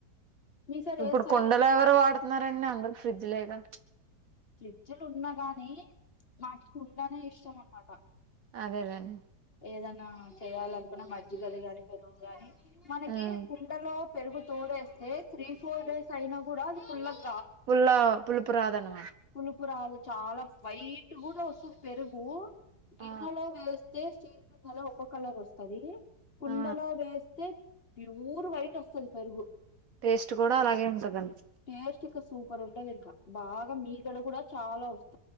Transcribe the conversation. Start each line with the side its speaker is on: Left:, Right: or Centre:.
Left: మీ సైడ్
Right: ఇప్పుడు
Left: వేస్తారా
Right: కుండలు ఎవరు వాడుతున్నారండి అందరు ఫ్రిడ్జ్ లేగా.
Left: ఫ్రిడ్జలు ఉన్నా గాని మాకి కుండనే ఇష్టం అనమాట
Right: అదేలేన్
Left: ఏదనా చేయ్యాలనుకున్న మజ్జిగది గాని పెరుగు గాని మనకి
Right: ఉమ్
Left: కుండలో పెరుగు తోడేస్తే త్రీ ఫోర్ డేస్ అయినా కూడా అది పుల్లగ్
Right: పుల్ల పులుపురాదను
Left: పులుపురాదు చాలా వైట్ కూడా వొస్తుది పెరుగు గిన్నెలో
Right: ఆ
Left: వేస్తే స్టీల్ గిన్నెలో ఒక్కో కలర్ వస్తాది కుండలో
Right: ఆ
Left: వేస్తే ప్యూర్ వైట్ వస్తది పెరుగు
Right: టేస్ట్ కూడా అలాగే ఉంటదండి
Left: టేస్ట్ ఇక సూపర్ ఉంటది ఇంకా బాగా మీగడ కూడా చాలా వస్త్